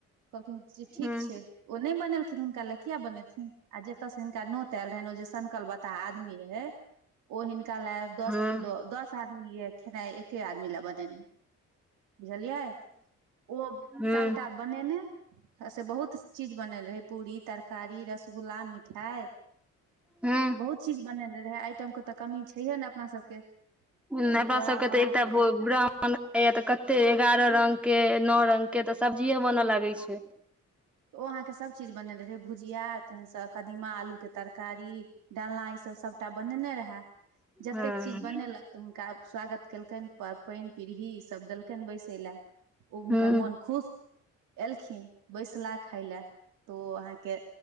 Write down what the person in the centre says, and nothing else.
हूं
हूं
हूं
हूं
नै
अपना सबके
तऽ एकटा भो ब्राह्मण खाइया तऽ कते एगारअ रंग के नौ रंग के तऽ सब्जीेए बनऽ लागे छै।
हँ
हूं